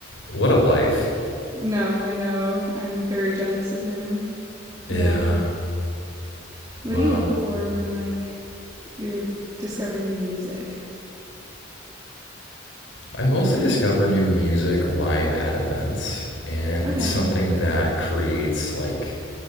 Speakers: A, on the left (about 70°); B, on the right (about 20°).
A: What a life.
B: No, I know. I'm very jealous of him. Yeah.
A: Yeah.
B: What
A: Wow.
B: do you look for when like you're discovering new music?
A: I mostly discover new music live at events, and
B: Okay.
A: it's something that creates like